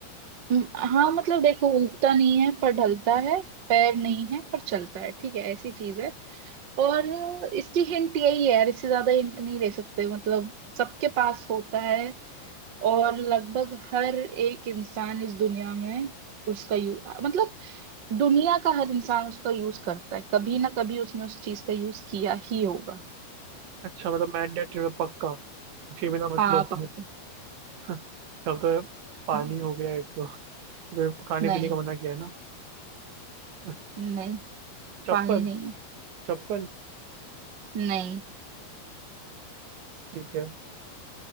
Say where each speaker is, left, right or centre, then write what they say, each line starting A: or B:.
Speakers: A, on the right (about 70°); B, on the right (about 85°).
A: हम्म, हाँ मतलब देखो उगता नहीं है पर ढलता है पैर नहीं है पर चलता है ठीक है ऐसी चीज है और अ, इसकी हिंट यही है यार इससे ज्यादा हिंट नहीं दे सकते मतलब सबके पास होता है और लगभग हर एक इंसान इस दुनिया में उसका यूज मतलब दुनिया का हर इंसान उसका यूज करता है कभी ना कभी उसने उस चीज का यूज किया ही होगा
B: अच्छा मतलब मैंडेटरी पक्का उसके बिना मतलब
A: हाँ पक्का
B: <laughs> तब तो
A: हाँ,
B: पानी हो गया एक तो, तो खाने
A: नहीं
B: पीने का मना किया है ना <laughs>
A: नहीं
B: चप्पल
A: पानी नहीं है
B: चप्पल
A: नहीं
B: ठीक है